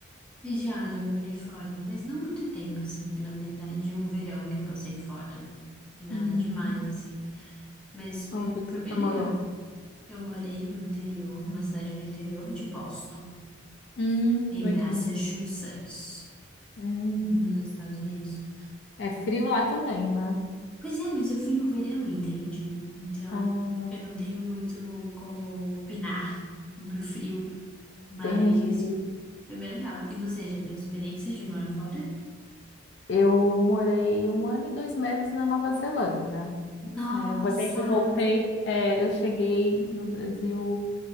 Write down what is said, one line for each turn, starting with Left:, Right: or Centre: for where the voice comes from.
Centre: Já, já morei fora, mas não muito tempo, assim. Foi, na verdade, um verão que eu passei fora. Foi nada
Left: Uhum.
Centre: demais, assim. Mas foi,
Left: Onde que
Centre: foi
Left: você
Centre: bem legal.
Left: morou?
Centre: Eu morei no interior, numa cidade no interior de Boston,
Left: Hum,
Centre: em
Left: legal.
Centre: Massachusetts.
Left: Hum.
Centre: nos Estados Unidos.
Left: É frio lá também, né?
Centre: Pois é, mas eu fui no verão, entende? Então,
Left: Ah,
Centre: eu não tenho muito como opinar sobre o frio, mas
Left: entendi.
Centre: foi bem legal. E você já teve experiências de morar fora?
Left: Eu morei um ano e dois meses na Nova Zelândia.
Centre: Nossa!
Left: É, eu voltei, eu voltei, é, eu cheguei no Brasil